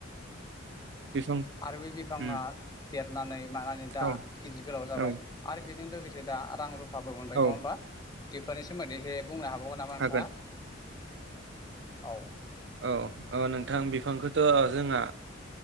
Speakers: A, on the right; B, on the left.
A: बिफां
B: आरो बे बिफाङा।
A: उम
B: देरनानै। मानानै दा
A: औ
B: गिदिर गोलाव जाबाय
A: औ
B: आरो बे। जों लोगोसे दा रां रुफ फाबो मोनबाय
A: औ
B: नङा होमबा? बेफोरनि सोमोन्दै एसे। बुंनो हाबावगोन नामा नोंथाङा?
A: हागोन
B: औ।
A: औ अ नोंथां बिफांखौथ' जोंहा